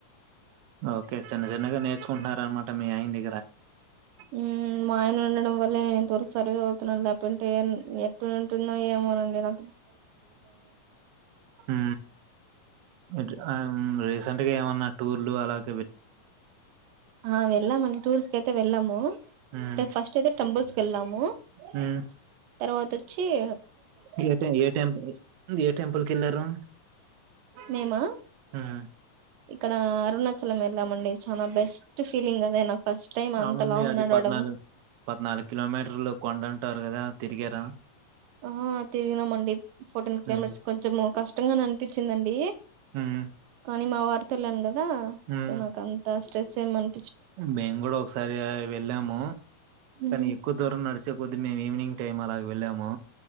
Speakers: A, on the right (about 70°); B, on the right (about 80°).
A: ఆ ఓకే చిన్న చిన్నగా నేర్చుకుంటున్నార అన్నమాట మీరు అయి మీ
B: ఉ మ ఆయన ఉండడం వల్లే ఎంతరకు సర్వే అవుతున్నాన్ లేకపో ఎన్ ఎట్టు ఉంటునో ఏమోనండి మీరా
A: హు హు రీసెంట్గా ఏమన్నా టూర్ ఉల్లో అలగ్
B: ఆ వెళ్లాం అండి టూర్స్ కైతే వెళ్ళాము
A: హ్మ్.
B: ఫస్ట్ అయితే తం బస్ వెళ్ళాము
A: హ్మ్.
B: తర్వాత చెయ్
A: ఏ ట ఏ టెం ఏ టెంపుల్ కిళ్లారు
B: మేమా
A: హ్
B: ఇక్కడ అరుణ చలం వెళ్లామండి చాలా బెస్ట్ ఫీలింగ్ అదే నా ఫస్ట్ టైమ్ అంత
A: అవునండి
B: లాంగ్
A: అది
B: నడావడం.
A: పద్నాలుగు పద్నాలుగు కిలోమీటర్లు కొండంటారు కదా తిరిగారా
B: ఆ తిరిగినం అండి ఫోర్టీన్ కిలోమిటర్స్
A: హ్మ్
B: కొంచ కష్టంగా పించిందండి
A: హ్మ్
B: కానీ మా వారు తేల్లను గదా
A: హ్మ్
B: సో నాకంత ట్రేస్ ఏమి ఆన్
A: మేము కూడా ఒకసారి వెళ్ళాము
B: మ్మ్
A: కానీ ఎక్కువ దూరం నడ్ చే కొద్ది మేము ఈవినింగ్ టైం అలాగ వెళ్ళాము